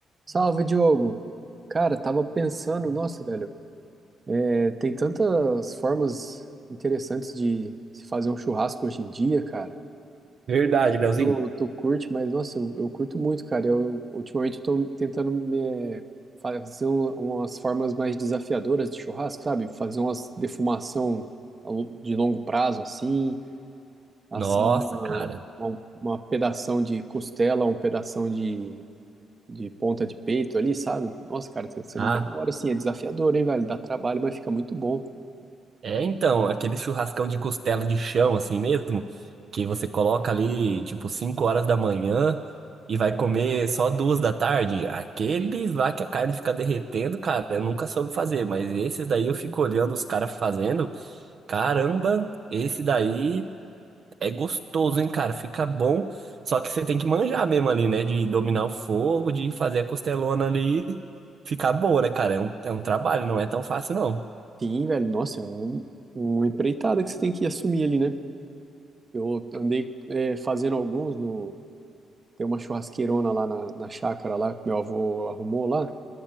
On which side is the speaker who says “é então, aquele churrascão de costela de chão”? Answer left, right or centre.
Right